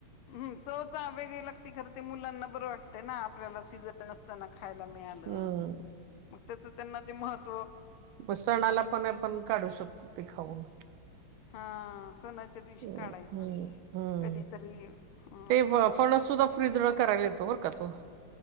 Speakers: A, on the left; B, on the right.
A: हम् चवचा वेगळी लागते खरं ते मुलांना बरं वाटतं ना आपल्याला सीजन असताना, खायला मिळालं
B: हम्म
A: मग त्याच त्यांना ते महत्व
B: ब सणाला पण आपण काढू शकतो ते खाऊन.
A: हा सणाच्या दिवशी
B: हम्म
A: काढायचं
B: हम्म हम्म.
A: कधीतरी अ
B: ते फणस सुुद्धा फ्रीज करायला येतो बरं का तो